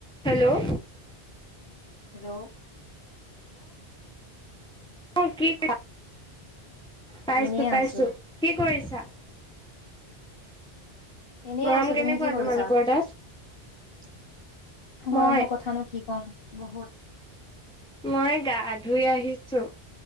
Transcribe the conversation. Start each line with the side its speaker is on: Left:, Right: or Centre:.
Centre: Hello
Left: hello
Centre: অ কি ক পাইছো
Left: এনেই
Centre: পাইছো
Left: আছো
Centre: কি কৰিছ চা
Left: এনেই
Centre: গৰম
Left: আছো
Centre: কেনেকুৱা
Left: তুমি কি কৰিছা
Centre: তোমালোকৰ তাত
Left: গৰমৰ
Centre: মই
Left: কথানো কি কম বহুত
Centre: মই গা ধুই আহিছো